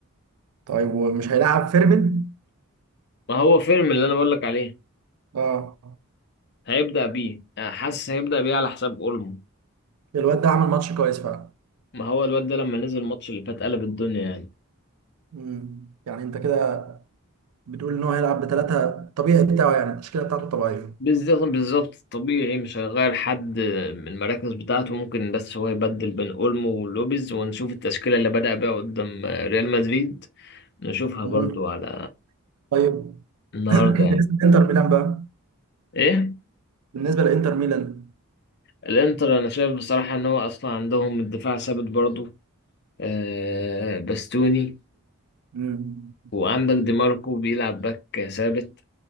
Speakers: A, on the right (about 85°); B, on the left (about 50°).
A: طيب ومش هيلعب فيرمين
B: ما هو فيرمين اللي انا بقول لك عليه
A: اه
B: هيبدا بيه آه، حاسس هيبدا بيه على حساب اولمو
A: الواد ده عمل ماتش كويس فعلا
B: ما هو الواد ده لما نزل الماتش اللي فات قلب الدنيا يعني
A: مم. يعني انت كده بتقول ان هو هيلعب بثلاثه طبيعي بتاعه يعني التشكيله بتاعته الطبيعيه
B: بالظبط بالظبط الطبيعي مش هيغير حد من المراكز بتاعته ممكن بس هو يبدل بين اولمو ولوبيز ونشوف التشكيلة اللي بدأ بيها قدام ريال مدريد نشوفها
A: مم.
B: برضو على
A: طيب <coughs>
B: النهارده
A: <clears throat> بالنسبه
B: يعني
A: لانتر ميلان بقى
B: ايه
A: بالنسبه لانتر ميلان
B: الانتر انا شايف بصراحة ان هو اصلا عندهم الدفاع ثابت برضو آه باستوني
A: مم.
B: وعندك دي ماركو بيلعب باك ثابت